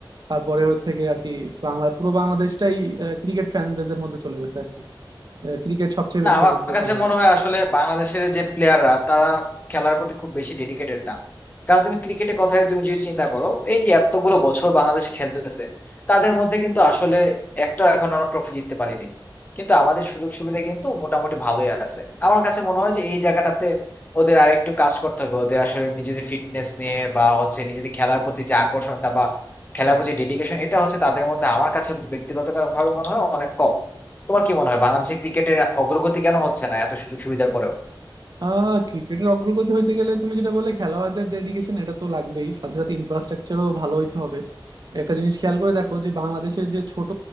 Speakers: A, on the right; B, on the left.
A: তারপরে থেকে আর কি বাংলা পুরো বাংলাদেশটাই ক্রিকেট ফ্যান বেজের মধ্যে চলে গেছে আর কি ক্রিকেট সবচেয়ে
B: না
A: বেশি
B: আমার
A: জনপ্রিয়
B: কাছে
A: খেলা হয়ে
B: মনে
A: গেছে
B: হয় আসলে বাংলাদেশের যে প্লেয়াররা তারা খেলার প্রতি খুব বেশি ডেডিকেটেড না কারণ তুমি ক্রিকেটের কথাই তুমি যদি চিন্তা করো এই যে এতগুলো বছর বাংলাদেশ খেলতেছে তাদের মধ্যে কিন্তু আসলে একটা এখন আমরা ট্রফি জিততে পারিনি কিন্তু আমাদের সুযোগ সুবিধা কিন্তু মোটামুটি ভালোই আছে আমার কাছে মনে হয় যে এই জায়গাটাতে ওদের আরেকটু কাজ করতে হবে ওদের আসলে নিজেদের ফিটনেস নিয়ে বা হচ্ছে নিজেদের খেলার প্রতি যে আকর্ষণটা বা খেলার প্রতি ডেডিকেশন এটা হচ্ছে তাদের মধ্যে আমার কাছে ব্যক্তিগতভাবে মনে হয় অনেক কম তোমার কি মনে হয় বাংলাদেশে ক্রিকেটের অগ্রগতি কেন হচ্ছে না এত সুযোগ সুবিধার পরেও
A: আহ ক্রিকেটের অগ্রগতি হইতে গেলে তুমি যেটা বলে খেলোয়াড়দের ডেডিকেশন এটা তো লাগবেই সাথে সাথে ইনফ্রাস্ট্রাকচারও ভালো হইতে হবে একটা জিনিস খেয়াল করে দেখো যে বাংলাদেশের যে ছোট